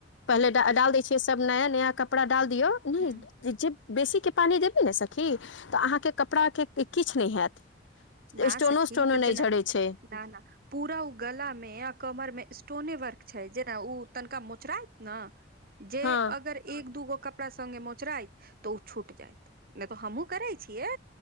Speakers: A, on the left (about 80°); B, on the right (about 50°).
A: पहिले डाल दैय छियै सब नया नया कपड़ा डाल दियऔ नै
B: ह
A: जेब बेसीके पानि देबय ने सखी तऽ अहाँके कपड़ाके किछ नै हैत
B: ना
A: स्टोनो
B: सखी
A: स्टोनो
B: तऽ जेना
A: नहि झड़ै छै
B: ना - ना। पूरा उ गला मे अऽ कमर मे स्टोने वर्क छैय जेना उ तनिका मोचरात नऽ जे
A: हँ
B: अगर एक दूगो कपड़ा सङ्गे मोचराइत तऽ ओ छूट जायत नै तऽ हमु करै छियै